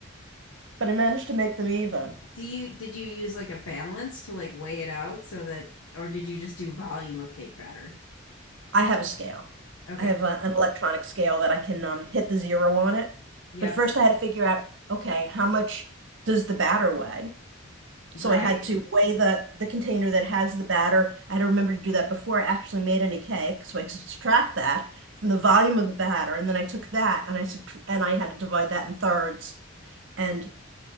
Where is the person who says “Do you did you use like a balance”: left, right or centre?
Left